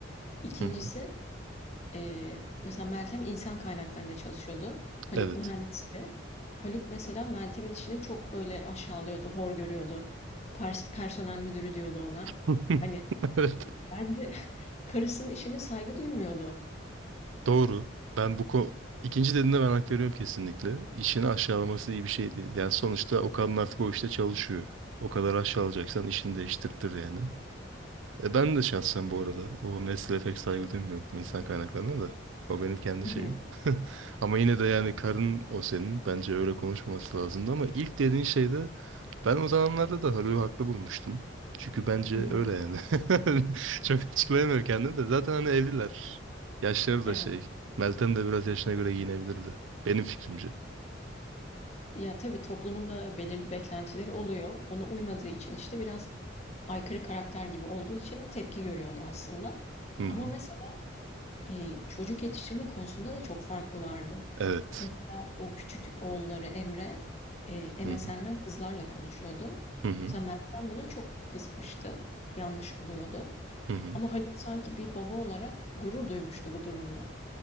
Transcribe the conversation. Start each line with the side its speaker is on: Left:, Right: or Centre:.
Left: İkincisi
Right: Hı hı.
Left: e, mesela Meltem insan kaynaklarında çalışıyordu. Haluk
Right: Evet.
Left: mühendisti. Haluk mesela Meltem'in işini çok böyle aşağılıyordu, hor görüyordu. Pers- personel müdürü diyordu ona.
Right: <laughs>
Left: Hani
Right: Evet.
Left: bence <laughs> karısının işine saygı duymuyordu.
Right: Doğru. Ben bu ko ikinci dediğinde ben hak veriyorum kesinlikle. İşini aşağılaması iyi bir şey değil. Yani sonuçta o kadın artık o işte çalışıyor. O kadar aşağılayacaksan işini değiştirtir yani. E, ben de şahsen bu arada o mesleğe pek saygı duymuyorum insan kaynaklarına da. O benim kendi
Left: Hı
Right: şeyim.
Left: hı,
Right: <laughs> Ama yine de yani karın o senin. Bence öyle konuşmaması lazımdı ama ilk dediğin şeyde ben o zamanlarda da Haluk'u haklı bulmuştum. Çünkü bence
Left: hı hı.
Right: öyle yani. <laughs> Çok açıklayamıyorum kendimi de. Zaten hani evliler. Yaşları
Left: Evet.
Right: da şey. Meltem de biraz yaşına göre giyinebilirdi. Benim fikrimce.
Left: Ya tabii toplumun da belirli beklentileri oluyor. Ona uymadığı için işte biraz aykırı karakter gibi olduğu için tepki görüyordu aslında.
Right: Hı
Left: Ama
Right: hı.
Left: mesela e, çocuk yetiştirme konusunda da çok farklılardı.
Right: Evet.
Left: Mesela o küçük oğulları Emre e,
Right: Hı
Left: MSN'den
Right: hı.
Left: kızlarla konuşuyordu.
Right: Hı hı.
Left: Mesela Meltem buna çok kızmıştı. Yanlış buluyordu.
Right: Hı hı.
Left: Ama Haluk sanki bir baba olarak gurur duymuştu bu durumla.